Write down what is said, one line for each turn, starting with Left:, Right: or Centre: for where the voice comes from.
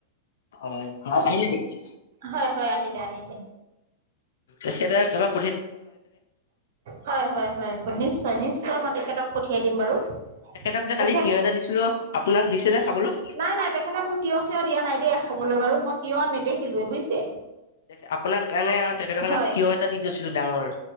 Left: হয়, অ আহিলে নেকি?
Right: হয় হয় আহিলে আহিলে।
Left: এ সেইটোৱে কিবাত
Right: হয় হয় হয়, নিশ্চয় নিশ্চয় মই তেখেতক পঠিয়াই দিম বাৰু।
Left: হয় তেখেতক যে কালি
Right: তেখেত
Left: তিয়হ এটা দিছিলো আপোনাক দিছে নে খাবলৈ?
Right: নাই নাই তেখেতে মোক তিয়হ- চিয়হ দিয়া নাই দেই খাবলৈ বাৰু, মই তিয়হ নেদেখিলো বুজিছে?
Left: তেখে আপোনাৰ কাৰণে আৰু তেখেতৰ কাৰণে
Right: হয়
Left: তিয়হ এটা দি থৈছিলো ডাঙৰ।